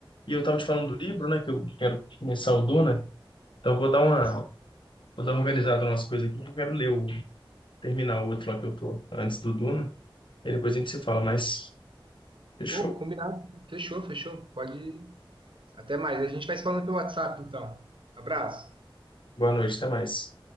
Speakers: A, on the left (about 65°); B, on the right (about 65°).
A: E eu tava te falando
B: Hum.
A: do livro, né, que eu quero começar o Duna, então eu vou dar uma,
B: Ah, sim.
A: vou dar uma organizada nas coisas aqui, que eu quero ler o, terminar o outro lá que eu tô antes do Duna, e depois a gente se fala, mas fechou?
B: Pô, combinado. Fechou, fechou. Pode ir. Até mais. A gente vai se falando pelo WhatsApp, então. Abraço.
A: Boa noite, até mais.